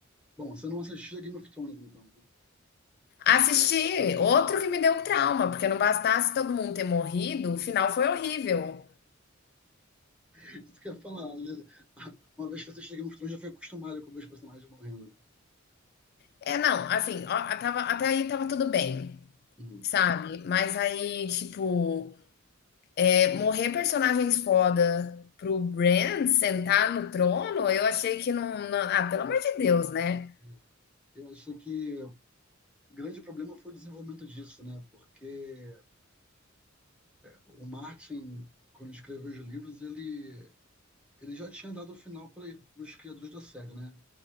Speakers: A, in the centre; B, on the left.
A: Bom, você não assistia Game of Thrones, então, né?
B: Assisti outro que me deu um trauma, porque não bastasse todo mundo ter morrido, o final foi horrível.
A: <laughs> Isso quer falar, né? <laughs> Uma vez que você assistiu Game of Thrones, já foi acostumado com ver os personagens morrendo, né?
B: É, não, assim, ó, tava, até aí tava tudo bem,
A: Uhum.
B: sabe? Mas aí, tipo, é, morrer personagens foda pro Bran sentar no trono, eu achei que não, não. Ah, pelo amor de Deus, né?
A: É, Eu acho que o grande problema foi o desenvolvimento disso, né? Porque o Martin, quando escreveu os livros, ele Ele já tinha dado o final para os criadores da série, né?